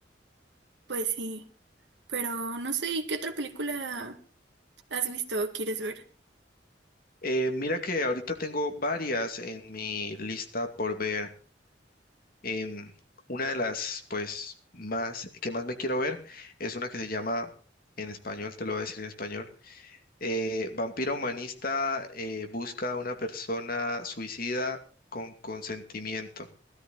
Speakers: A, on the right; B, on the left.
A: Pues sí, pero no sé, ¿y qué otra película has visto o quieres ver?
B: Eh, mira que ahorita tengo varias en mi lista por ver. Em, una de las, pues, más que más me quiero ver es una que se llama, en español, te lo voy a decir en español, eh, Vampira Humanista eh, busca a una persona suicida con consentimiento.